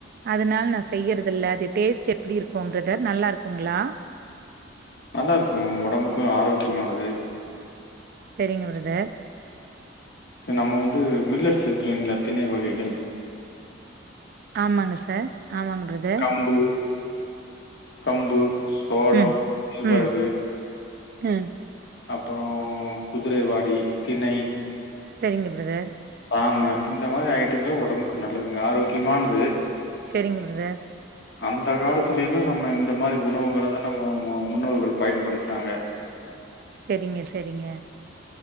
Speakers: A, on the right; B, on the left.
A: அதனால நா செய்யறதில்ல அது டேஸ்ட் எப்டி இருக்கு பிரதர் நல்லாருக்குங்ளா
B: நல்லா இருக்கு ஒடம்புக்கு ஆரோக்கியமானது
A: சரிங்க பிரதர்
B: இது நம்ம வந்து மில்லட்ஸ் இருக்கு இல்லைங்களா தினை வகைகள்
A: ஆமாங்க சார் ஆமாங் பிரதர்
B: கம்பு கம்பு சோளம்
A: ம்
B: கேழ்வரகு
A: ம் ம்
B: அப்பறோ குதிரைவாலி தினை
A: சரிங்க பிரதர்
B: ஆமா இந்த மாரி ஐட்டங்க ஒடம்புக்கு நல்லதுங்க ஆரோக்கியமானது
A: செரிங்க பிரதர்
B: அந்த காலத்துலய எல்லா நம்ம இந்த மாரி உணவுகள தா நம்ம முன்னோர்கள் பயன்படுத்துனாங்க
A: செரிங்க செரிங்க